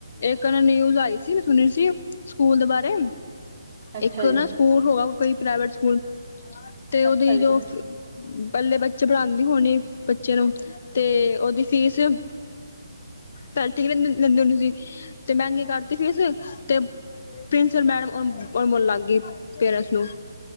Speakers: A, on the left (about 50°); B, on the right (about 20°).
A: ਇੱਕ ਨਾ ਨਿਊਜ਼ ਆਈ ਸੀ ਮੈਂ ਸੁਣੀ ਸੀ ਸਕੂਲ ਦੇ ਬਾਰੇ
B: ਅੱਛਾ
A: ਇੱਕ
B: ਜੀ,
A: ਨਾ। ਸਕੂਲ ਹੋਗਾ ਕੋਈ ਪ੍ਰਾਈਵੇਟ ਸਕੂਲ ਤੇ ਉਹਦੀ
B: ਅੱਛਾ ਜੀ,
A: ਜੋ। ਬੱਲੇ ਬੱਚੇ ਪੜਾਉਂਦੀ ਹੋਣੀ ਬੱਚੇ ਨੂੰ ਤੇ ਉਹਓਦੀ ਫੀਸ। ਪਲ ਕ ਲ ਲੈਂਦੇ ਹੁੰਦੇ ਸੀ ਤੇ ਮਹਿੰਗੀ ਕਰਤੀ ਫੀਸ ਤੇ। ਪ੍ਰਿੰਸੀਪਲ ਮੈਡਮ ਬੋਲਣ ਲੱਗ ਗਈ ਪੇਰੈਂਟਸ ਨੂੰ।